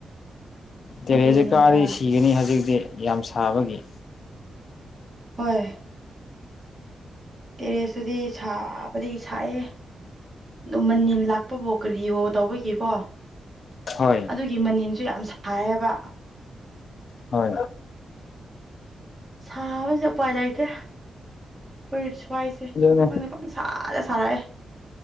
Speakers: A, on the left (about 50°); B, on the right (about 25°).
A: ꯇꯦꯔꯦꯖꯁꯦ
B: ꯑꯗꯨꯒꯤꯅꯦꯗ
A: ꯀꯥꯔꯗꯤ ꯁꯤꯒꯅꯤ ꯍꯧꯖꯤꯛꯇꯤ ꯌꯥꯝ ꯁꯥꯕꯒꯤ
B: ꯍꯣꯏ ꯇꯦꯔꯦꯁꯇꯨꯗꯤ ꯁꯥꯕꯗꯤ ꯁꯥꯏꯑꯦ ꯑꯗꯨ ꯃꯅꯤꯜ ꯂꯥꯛꯄꯐꯥꯎ ꯀ꯭ꯔꯤꯌꯣ ꯇꯧꯕꯒꯤꯀꯣ
A: ꯍꯣꯏ
B: ꯑꯗꯨꯒꯤ ꯃꯅꯤꯟꯁꯨ ꯌꯥꯝ ꯁꯥꯏꯌꯦꯕ
A: ꯍ
B: ꯁꯥꯕꯁꯦ ꯎꯄꯥꯏ ꯂꯩꯇꯦ ꯍꯣꯏ ꯁ꯭ꯋꯥꯏꯁꯦ
A: ꯑꯗꯨꯅꯦ
B: ꯈꯪꯗ ꯁꯖꯦ ꯁꯥꯔꯛꯑꯦ